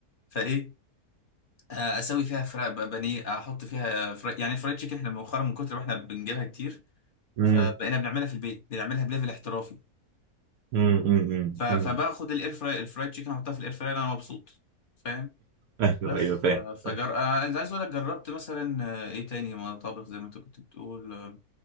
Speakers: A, on the left; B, on the right.
A: فايه آه، اسوي فيها فراخ بانيه احط فيها فراخ يعني الفرايد تشيكن احنا مؤخرا من كتر ما احنا بنجيبها كتير
B: امم
A: فبقينا بنعملها في البيت بنعملها بليفل احترافي
B: امم
A: ف- فباخد
B: امم
A: الاير فراي الفرايد تشيكن احطها في الاير فراي انا مبسوط فاهم
B: ايوه
A: بس
B: ايوه فاهم
A: ف- فجر
B: فاهم.
A: آه، عايز عايز اقول لك جربت مثلا آه، ايه تاني مطابخ زي ما انت كنت بتقول آه،